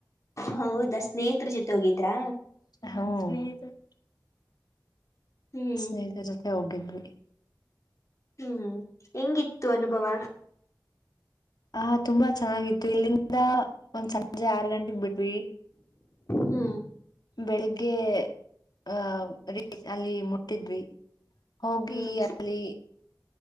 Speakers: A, on the left (about 45°); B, on the left (about 65°).
A: ಹೌದಾ ಸ್ನೇಹಿತರ ಜೊತೆ ಹೋಗಿದ್ರಾ
B: ಹ್ಮ್ ಹ <unintelligible> <unintelligible>
A: ಹ್ಮ್
B: ಸ್ನೇಹಿತರ ಜೊತೆ ಹೋಗಿದ್ವಿ
A: ಹ್ಮ್ ಹೆಂಗಿತ್ತು ಅನುಭವ
B: ಆ ತುಂಬಾ ಚೆನ್ನಾಗಿತ್ತು ಇಲ್ಲಿಂದ ಒಂದ್ ಸಂಜೆ ಆರ್ ಗಂಟೆಗ್ ಬಿಟ್ವಿ
A: ಹ್ಮ
B: ಬೆಳಿಗ್ಗೆ ಆ <unintelligible> ಅಲ್ಲಿ ಮುಟ್ಟಿದ್ವಿ ಹೋಗಿ
A: ಹ್ಮ್
B: ಅಲ್ಲಿ